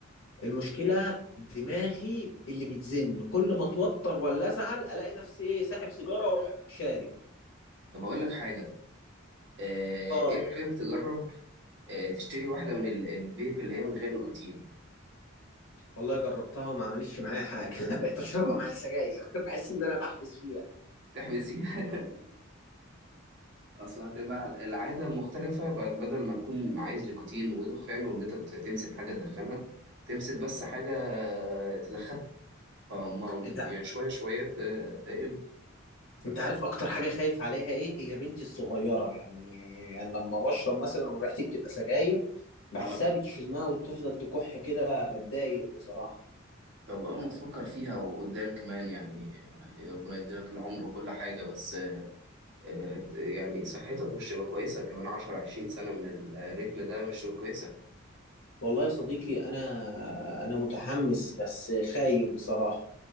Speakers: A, on the left (about 70°); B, on the right (about 60°).
A: المشكله دماغي اللي بتزن كل ما اتوتر ولا ازعل الاقي نفسي ايه ساحب سيجاره واروح شارب
B: طب اقول لك حاجة آه
A: اه
B: ايه رأيك تجرب آه تشتري واحدة من ال... الفيب اللي هي من غير نيكوتين
A: والله جربتها وما عملتش معايا حاجه <laughs> بقيت اشربها مع السجاير <laughs> بحس ان انا بحبس فيها
B: تحبس دي <laughs> اصل هتبقى العاده المختلفه بقت بدل ما تكون عايز نيكوتين ودخان وان انت ت- تمسك حاجه تدخنها تمسك بس حاجه تدخنها فما
A: انت
B: يعني شويه شويه ت- تقل
A: انت عارف اكتر حاجه خايف عليها ايه هي بنتي الصغيره يعني يعني لما بشرب مثلا وريحتي بتبقى سجاير بحسها
B: اه
A: بتشمها وتفضل تكح كده بتضايق بصراحه
B: طب اه ما تفكر فيها وقدام كمان يعني يعني ربنا يديلك العمر وكل حاجه بس آه، يعني صحتك مش تبقى كويسه كمان 10 20 سنه من الريتم ده مش تبقى كويسه
A: والله يا صديقي انا انا متحمس بس خايف بصراحه